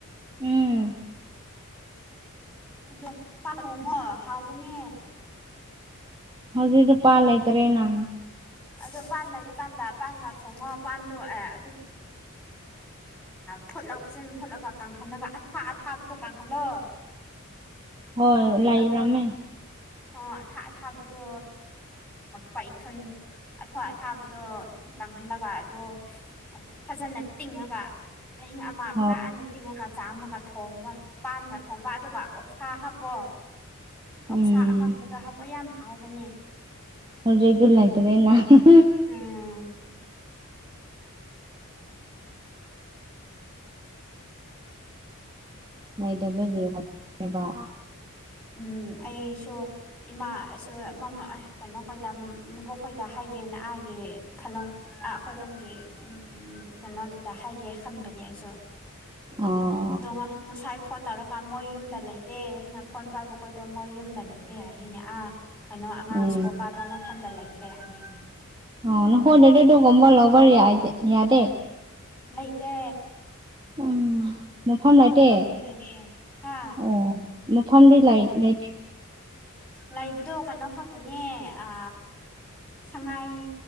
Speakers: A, on the right; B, in the centre.
A: ꯎꯝ
B: ꯑꯗꯣ ꯄꯥꯟ ꯊꯣꯡꯉꯣ ꯍꯥꯎꯕꯅꯦ
A: ꯍꯧꯖꯤꯛꯗꯨ ꯄꯥ ꯂꯩ ꯂꯩꯇ꯭ꯔꯦꯅ
B: ꯑꯗꯣ ꯄꯥꯟ ꯂꯩꯕ ꯀꯥꯟꯗ ꯄꯥꯟꯒ ꯊꯣꯡꯉꯣ ꯄꯥꯟꯗꯣ ꯑꯥ ꯑ ꯐꯨꯠꯂꯒ ꯐꯖꯅ ꯐꯨꯠꯂꯒ ꯀꯪꯍꯜꯂꯒ ꯑꯊꯥ ꯑꯊꯥꯕꯗꯣ ꯀꯪꯍꯜꯂꯣ
A: <unintelligible> ꯂꯩꯔꯝꯃꯦ
B: ꯑꯗꯣ ꯑꯥ ꯑꯊꯥ ꯑꯊꯥꯕꯗꯣ ꯄꯥꯏꯊꯨꯜ ꯑꯊꯥ ꯑꯊꯥꯕꯗꯣ ꯀꯪꯍꯜꯂꯒ ꯑꯗꯣ ꯐꯖꯅ ꯇꯤꯡꯉꯒ ꯑꯍꯤꯡ ꯑꯃ
A: ꯍꯣꯏ
B: ꯐꯖꯥꯅ ꯇꯤꯡꯉꯒ ꯆꯥꯝꯃꯒ ꯊꯣꯡꯕ ꯄꯥꯟꯒ ꯊꯣꯡꯕ ꯑꯗꯨꯒ ꯑꯣꯛꯁꯥ ꯍꯥꯞꯄꯣ ꯑꯣꯛꯁꯥ
A: ꯎꯝ
B: ꯑꯀꯥꯡꯕꯗ ꯍꯥꯞꯄ ꯌꯥꯝ ꯍꯥꯎꯕꯅꯦ
A: ꯍꯧꯖꯤꯛꯇꯣ ꯂꯩꯇꯔꯦ ꯅꯍꯥꯟ
B: ꯎꯝ
A: <unintelligible>
B: ꯎꯝ ꯑꯩꯁꯨ ꯏꯃꯥꯁꯨ ꯀꯩꯅꯣꯈꯣꯏꯗꯕꯣꯛꯈꯣꯏꯗ ꯍꯥꯏꯒꯦꯅ ꯑꯥꯒꯤ ꯈꯜꯂꯝ ꯑ ꯑꯩꯈꯣꯏꯔꯣꯝꯒꯤ ꯎꯝ ꯀꯩꯅꯣꯗꯨꯗ ꯍꯥꯏꯒꯦ ꯈꯟꯕꯅꯦ ꯑꯩꯁꯨ
A: ꯑꯣ
B: ꯑꯗꯣ ꯉꯁꯥꯏ ꯐꯣꯟ ꯇꯧꯔꯀꯥꯟ ꯃꯣꯏ ꯌꯨꯝꯗ ꯂꯩꯇꯦ ꯍꯥꯏꯅ ꯐꯣꯟ ꯄꯥꯏꯕꯈꯣꯏꯗꯣ ꯃꯣꯏ ꯌꯨꯝꯗ ꯂꯩꯇꯦ ꯍꯥꯏꯌꯤꯅꯦ ꯑꯥ ꯀꯩꯅꯣ ꯑꯉꯥꯡ
A: ꯑꯦ
B: ꯁꯀꯨꯜ ꯀꯕ ꯃ ꯃꯇꯝꯐꯝꯗ ꯂꯩꯈ꯭ꯔꯦ ꯍꯥꯏꯌꯦꯅꯦ
A: ꯑꯣ ꯅꯈꯣꯏꯗꯗꯤ ꯑꯗꯨꯒꯨꯝꯕ ꯂꯎꯕ ꯌꯥ ꯌꯥꯗꯦ
B: ꯂꯩꯇꯦ
A: ꯎ ꯃꯐꯝ ꯂꯩꯇꯦ
B: ꯑꯩꯈꯣꯏꯔꯣꯝꯗꯤ ꯂꯩꯇꯦ ꯍꯥ
A: ꯑꯣ ꯃꯐꯝꯗꯤ ꯂꯩ ꯂꯩꯇꯦ
B: ꯂꯩꯕꯗꯣ ꯀꯩꯅꯣ ꯈꯛꯇꯅꯦ ꯑ ꯁꯉꯥꯏ